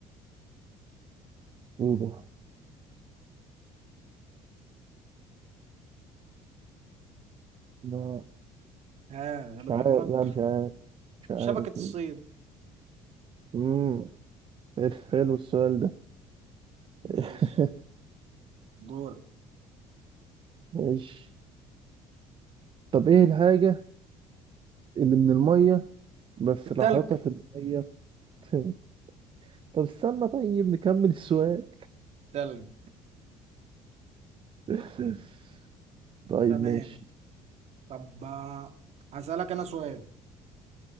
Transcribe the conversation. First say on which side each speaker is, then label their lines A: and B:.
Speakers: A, on the right; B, on the right.
A: وضوح لا
B: ها غلب
A: مش عارف
B: حمارك
A: لا مش عارف مش عارف
B: شبكة الصيد
A: ليه امم حلو السؤال ده <laughs>
B: ماشي دورك
A: ماشي طب ايه الحاجة اللي من المية بس
B: التلج
A: راحتها في المية <laughs> طب استنى طيب نكمل السؤال
B: تلج
A: <laughs>
B: <laughs>
A: طيب
B: تمام
A: ماشي
B: طب آه، هسألك أنا سؤال